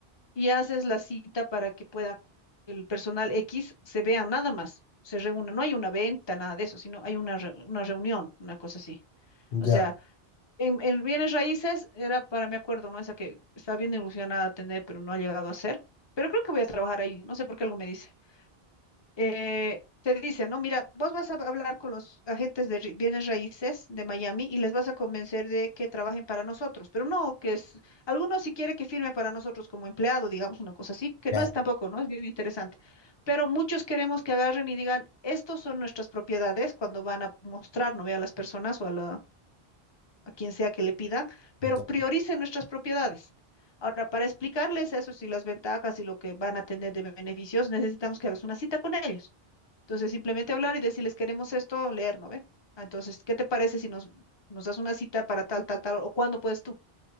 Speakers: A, on the left; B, on the left.
A: y haces la cita para que pueda el personal X se vea nada más, se reúna. No hay una venta, nada de eso, sino hay una, re- una reunión, una cosa así. O
B: ya,
A: sea, en, en bienes raíces era para mi acuerdo, ¿no? Esa que estaba bien ilusionada tener, pero no ha llegado a ser. Pero creo que voy a trabajar ahí, no sé por qué algo me dice. Eh, te dice, ¿no? Mira, vos vas a hablar con los agentes de ri- bienes raíces de Miami y les vas a convencer de que trabajen para nosotros, pero no, que es, algunos si quiere que firme para nosotros como empleado, digamos una cosa así, que
B: ya,
A: no es tampoco, ¿no? Es bien interesante. Pero muchos queremos que agarren y digan, estos son nuestras propiedades cuando van a mostrar, ¿no? Ve a las personas o a la a quien sea que le pidan, pero
B: ya.
A: prioricen nuestras propiedades. Ahora, para explicarles eso y las ventajas y lo que van a tener de beneficios, necesitamos que hagas una cita con ellos. Entonces, simplemente hablar y decirles, queremos esto, leer, ¿no ve? Ah, Entonces, ¿qué te parece si nos, nos das una cita para tal, tal, tal, o cuándo puedes tú?